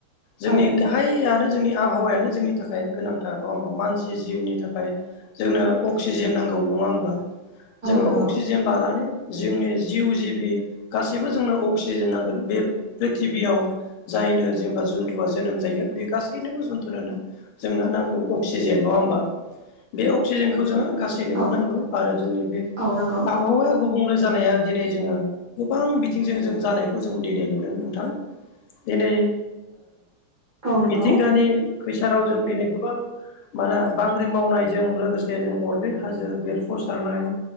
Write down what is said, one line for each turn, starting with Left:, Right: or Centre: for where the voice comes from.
Left: जोंनि
Right: औ
Left: गा हायानो जोंनि आबहावायानो जोंनि थाखाय गोनांथार नङा होमबा मानसि जिउनि थाखाय। जोंनो अक्सिजेन नांगौ नङा होमब्ला? जोङो
Right: नंगौ
Left: अक्सिजेन लानानै जोंनि जिउ जिबि गासैबो जोंनो अक्सिजेन नांगोन बे प्रिथिबियाव जायनो जेनेबा जुथुवआ जोनोम जायो बे गासैनोबो जुथुनो जोंनो नांगौ अक्सिजेन नङा होमबा बे अक्सिजेनखौ जोङो गासै नोबो
Right: औ
Left: नांगौ आरो जोंनि बे
Right: औ नंगौ
Left: आबहावाया गुबुंले जानाया दिनै जोङो गोबां बिथिंजों जों जानायखौ जों दिनै नुदों नोंथां दिनै
Right: औ नंगौ
Left: मिथिंगानि खैसाराव जों दिनै गोबां मा होनो बांग्रि मावनायजों लोगोसे जों अरगें हाजो बेरफु सारनाय